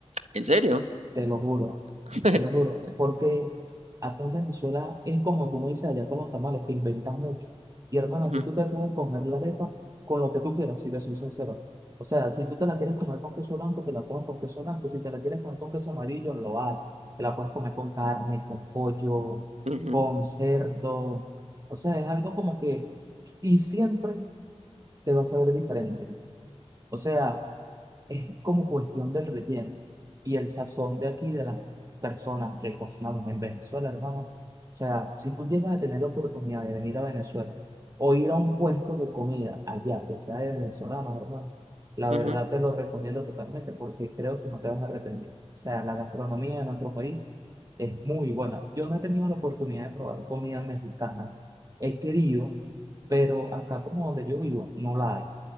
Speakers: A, on the right; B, on the right.
A: ¿En serio?
B: Te lo juro,
A: <laughs>
B: te lo juro, porque acá en Venezuela es como tú me dices allá con los tamales, que inventas mucho. Y hermano,
A: Ujú,
B: aquí tú te puedes comer la arepa con lo que tú quieras, si te soy sincero. O sea, si tú te la quieres comer con queso blanco, te la comes con queso blanco. Si te la quieres comer con queso amarillo, lo haces. Te la puedes comer con carne, con pollo,
A: ujú,
B: con cerdo. O sea, es algo como que... Y siempre te va a saber diferente. O sea es como cuestión del relleno y el sazón de aquí de las personas que cocinamos en Venezuela, hermano. O sea, si tú llegas a tener la oportunidad de venir a Venezuela o ir a un puesto de comida allá que sea de venezolanos, hermano, la
A: ujú,
B: verdad te lo recomiendo totalmente porque creo que no te vas a arrepentir. O sea, la gastronomía de nuestro país es muy buena. Yo no he tenido la oportunidad de probar comida mexicana. He querido, pero acá como donde yo vivo, no la hay.